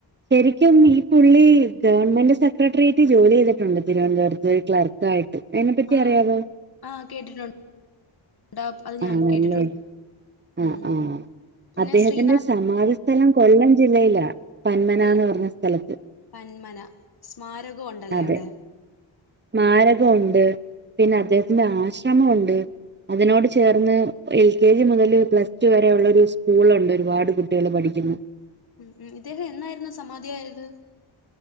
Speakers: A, on the right; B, on the left.
A: ശരിക്കും ഈ പുള്ളി ഗവൺമെന്റ് സെക്രട്ടറിയേറ്റ് ജോലി ചെയ്തിട്ടുണ്ട് തിരുവനന്തപുരത്ത് ഒരു ക്ലർക്ക ആയിട്ട് അെ പറ്റി
B: ആഹ്
A: അറിയാവോ
B: ആഹ് കേട്ടിട്ടുണ്ട്. ഉണ്ടാവും അത് ഞാൻ
A: ആണല്ലേ.
B: കേട്ടിട്ടുണ്ട്
A: ആ
B: ഉം
A: ആഹ
B: പിന്നെ
A: അദ്ദേഹത്തിന്റെ
B: ശ്രീനാഥ്
A: സമാധിസ്ഥലം കൊല്ലം ജില്ലയിലാ പന്മനന്ന്
B: കൊല്ല
A: പറഞ്ഞ സ്ഥലത്ത്
B: വന്മന സ്മാരകം ഉണ്ടല്ലേ
A: അതെ
B: അവിടെ
A: മരകമുണ്ട് പിന്നെ അദ്ദേഹത്തിന്റെ ആശ്രമംുണ്ട് അതിനോട് ചേർന്ന് എൽ കെ ജി മുതല് പ്ലസ് ടു വരെയ ഉള്ള ഒരു സ്കൂളുണ്ട് ഒരുപാട് കുട്ടികൾ പഠിക്കുന്നു
B: ഉം ഉ ഇദ്ദേഹം എന്നായിരുന്നു സമാധിയായത്